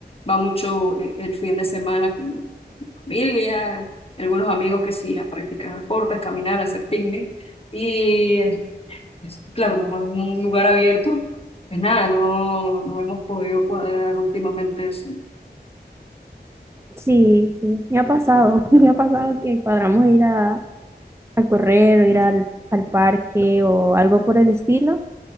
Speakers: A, on the left; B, on the right.
A: va mucho eh, el fin de semana con familia, algunos amigos que sí, a practicar deportes, caminar, hacer picnic. Y es- claro, como en un lugar abierto, pues nada, no, no hemos podido cuadrar últimamente eso.
B: Sí, sí, me ha pasado, <laughs> me ha pasado que cuadramos ir a, a correr o ir al, al parque o algo por el estilo